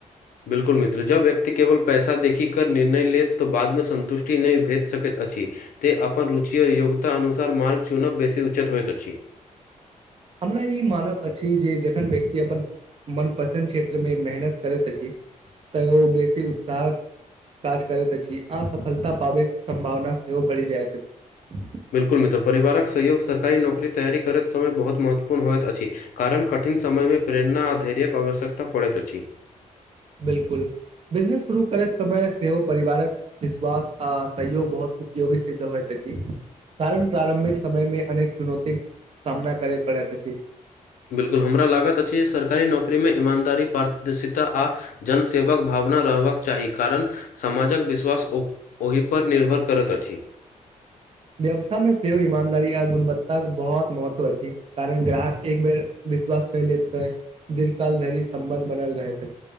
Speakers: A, on the left (about 85°); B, on the right (about 45°).
A: बिल्कुल मित्र जब व्यक्ति केवल पैसा देखी क निर्णय लेत तऽ बादमे संन्तुष्ट नहि भे सकैत अछि त अपन रुचि आर योग्यता अनुसार मार्ग चुनब बेसी उचत होइत अछि <inaudible>
B: हमरा ई मानव अछि जे जखन व्यक्ति अपन मनपसन्द क्षेत्रमे मेहनत करैत अछि तऽ ओ बेसी उत्साह काज करैत अछि आ सफलता पाबै संभावना सेहो बढ़ि जाइत अछि
A: बिल्कुल मित्र परिवारक सहयोग सरकारी नौकरी तैयारी करैत समय बहुत महत्वपूर्ण होइत अछि कारण कट कठिन समयमे प्रेरणा आ धैर्यक आवश्यकता पड़ैत अछि
B: बिल्कुल बिजनेस शुरू करे समय सेहो परिवारक विश्वास आ सहयोग बहुत उपयोगी सिद्ध होइत अछि कारण प्रारम्भिक समय मे अनेक चुनौतीक सामना करय पड़ैत अछि
A: बिल्कुल हमरा लागत अछि जे सरकारी नौकरीमे ईमानदारी पारदर्शिता आ जन सेेवाक भावना रहबाक चाही कारण समाजक विश्वास ओह ओहिपर निर्भर करैत छी
B: व्यवसा मे सेहो ईमानदारी आ गुणवत्ताक के बहुत महत्व अछि कारण ग्राहक एक बेर विश्वास क लेबे दीर्घ काल सम्बंध बनल रहेत